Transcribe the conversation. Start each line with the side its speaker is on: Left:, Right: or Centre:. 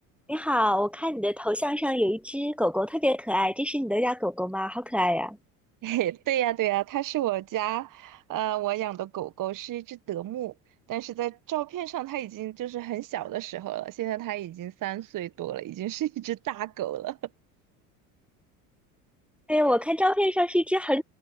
Centre: 你好，我看你的头像上有一只狗狗，特别可爱，这是你的家狗狗吗？好可爱呀！
Right: <laughs> 嘿，对呀，对呀，它是我家，呃，我养的狗狗是一只德牧，但是在照片上它已经就是很小的时候了，现在它已经三岁多了，已经是一只大狗了。
Centre: 对，我看照片上是一只很